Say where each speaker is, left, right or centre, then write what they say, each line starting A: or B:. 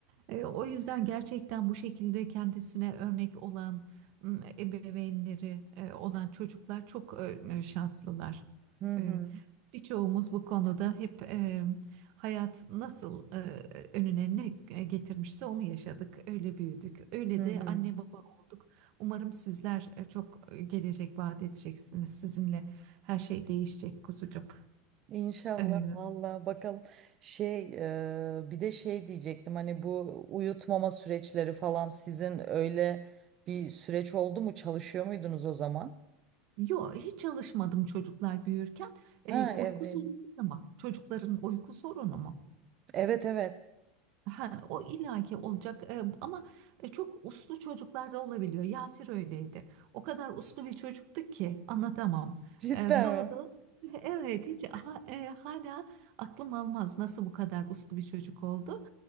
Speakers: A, on the right (about 50°); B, on the right (about 35°).
A: E, O yüzden gerçekten bu şekilde kendisine örnek olan m, ebeveynleri e, olan çocuklar çok e, şanslılar.
B: Hı hı,
A: E, Birçoğumuz bu konuda hep e, hayat nasıl e, önüne ne e, getirmişse onu yaşadık, öyle büyüdük, öyle
B: hı
A: de
B: hı.
A: anne baba olduk. Umarım sizler e, çok e, gelecek vaat edeceksiniz. Sizinle her şey değişecek kuzucuğum.
B: İnşallah
A: E,
B: valla bakalım şey e, bir de şey diyecektim hani bu uyutmama süreçleri falan sizin öyle bir süreç oldu mu çalışıyor muydunuz o zaman?
A: Yok hiç çalışmadım çocuklar büyürken. E,
B: Ha
A: uyku
B: evdeydim.
A: sorunu ama çocukların uyku sorunu mu?
B: Evet evet.
A: Ha, o illaki olacak E, ama e, çok uslu çocuklar da olabiliyor. Yasir öyleydi. O kadar uslu bir çocuktu ki anlatamam.
B: Cidden
A: E, doğdu.
B: mi?
A: Evet hiç ha- e, hala aklım almaz nasıl bu kadar uslu bir çocuk oldu.